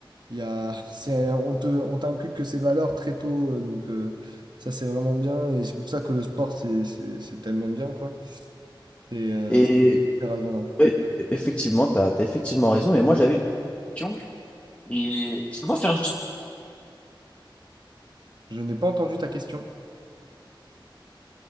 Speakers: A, on the right; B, on the left.
A: Il y a, <laughs> c'est, on te, on t'inculque ces valeurs très tôt, euh, donc euh, ça c'est vraiment bien et c'est pour ça que le sport c'est c'est- c'est tellement bien quoi. Et euh,
B: Et
A: c'est pour ces raisons-là.
B: ouais, effectivement, tu as, effectivement raison. Mais moi, j'avais une question Et je dois faire du
A: Je n'ai pas entendu ta question.